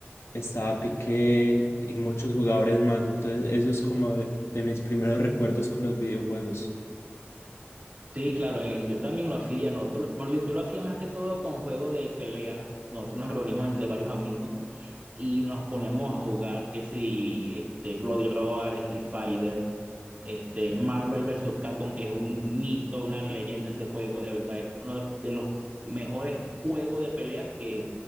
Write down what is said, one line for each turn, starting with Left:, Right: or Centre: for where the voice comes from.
Left: estaba Piqué y muchos jugadores más. Entonces, eso es como de, de mis primeros recuerdos con los videojuegos.
Right: Sí, claro, eh, yo también lo hacía. Nosotros, bueno, yo, yo lo hacía más que todo con juegos de pelea. Nosotros nos reuníamos entre varios amigos y nos poníamos a jugar que si este Bloody Roar, Street Fighter, este Marvel vs. Capcom, que es un mito, una leyenda ese juego, de verdad es uno de, de los mejores juegos de pelea que